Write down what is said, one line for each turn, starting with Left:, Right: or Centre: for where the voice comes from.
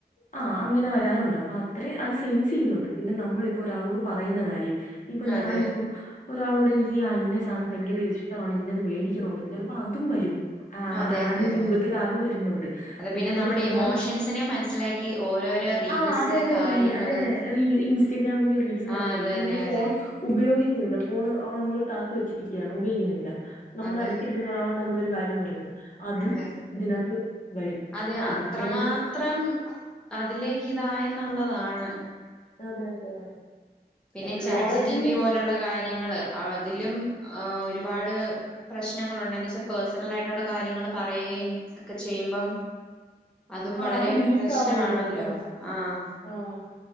Left: ആ അങ്ങനെ വരാറുണ്ട് അപ്പൊ അത്ര അത് സെൻസെയുന്നുണ്ട്. പിന്നെ നമ്മളിപ്പൊ ഒരാളോട് പറയുന്ന കാര്യം ഇപ്പൊ
Centre: അതെ
Left: ഞാനിപ്പം ഒരാളോട് എനിക്ക് ഇന്ന സാധനം ഒരാളോട് എനിക്ക് ആ ഇന്ന സാധനം ഭയങ്കര ഇഷ്ടമാണ് ഇന്നത് വേടിക്കണ ന്നു ചിലപ്പോ അതുംവരും. ആ
Centre: അതെ
Left: ആഡ്
Centre: അതെ
Left: രൂപത്തിൽ
Centre: അതെ
Left: അത് വരുന്നുണ്ട്.
Centre: അത്
Left: പിന്നെ നമ്മള്
Centre: നമ്മുടെ
Left: ഫോൺ
Centre: ഇമോഷൻസിനെ മനസ്സിലാക്കി ഓരോരോ റീൽസ്
Left: ആ അതെ അതെ
Centre: കാര്യങ്ങള്
Left: അതെ റീൽ ഇൻസ്റ്റഗ്രാമില് റീൽസ് കാര്യങ്ങള
Centre: ആഹ് അതെ
Left: ഇപ്പ
Centre: അതെ
Left: നമ്മൾ ഫോൺ
Centre: അതെ
Left: ഉപയോഗ ഗിക്കുന്നില്ല. ഫോൺ അ നമ്മൾ കാത്തു വെച്ചിരിക്കുകയാണ് താഴ്ത്ത് താഴ്ത്ത് വച്ചിരിക്കാണ് ഉപയോഗിക്കുന്നില്ല. നമ്മള
Centre: അതെ
Left: അടുത്തിരിക്കുന്ന ഒരാളുടെ നമ്മളൊരു കാര്യം പറയുന്നു. അതും
Centre: അതെ
Left: ഇതിനകത്ത് വരും.
Centre: അതെ
Left: ഇതൊക്കെയാണ്
Centre: അത്രമാത്രം അതിലേക്ക് ഇതായ എന്നുള്ളതാണ്.
Left: അതെ.. അതെ..
Centre: പിന്നെ
Left: technology
Centre: chat G P T പോലുള്ള കാര്യങ്ങള് അതിലും ഒരുപാട് പ്രശ്നങ്ങളുണ്ട വെച്ചാൽ പേഴ്സണൽ ആയിട്ടുള്ള കാര്യങ്ങൾ പറയ ഒക്കെ ചെയ്യുമ്പം അതും
Left: ആ
Centre: വളരെ
Left: അത് ലീക്ക്
Centre: പ്രശ്നമാണല്ലോ
Left: ആവുന്നുണ്ട് അതെ
Centre: ആഹ്
Left: ആഹ്